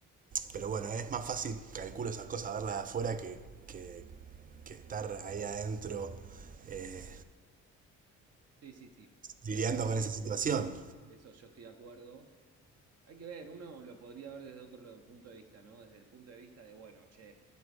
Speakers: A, on the right (about 30°); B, on the right (about 55°).
A: pero bueno, es más fácil, calculo esas cosas, verlas de afuera que, que, que estar ahí adentro eh,
B: Sí, sí, sí.
A: lidiando
B: Eso es así.
A: con esa situación.
B: Eso yo estoy de acuerdo. Hay que ver, uno lo podría ver desde otro lo- punto de vista, ¿no? Desde el punto de vista de, bueno, che,